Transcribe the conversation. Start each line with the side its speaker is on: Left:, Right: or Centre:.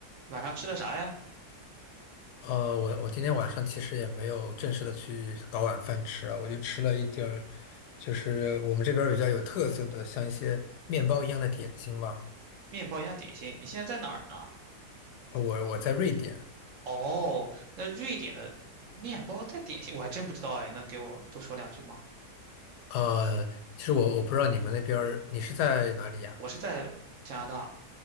Right: 晚上吃的啥呀？
Left: 呃，我我今天晚上其实也没有正式的去搞晚饭吃啊，我就吃了一点儿，就是我们这边儿比较有特色的，像一些面包一样的点心吧。
Right: 面包加点心。你现在在哪儿呢？
Left: 呃我我在瑞典，
Right: 哦，那瑞典的面包带点心，我还真不知道哎，能给我多说两句吗？
Left: 呃，其实我我不知道你们那边儿，你是在哪里呀？
Right: 我是在加拿大，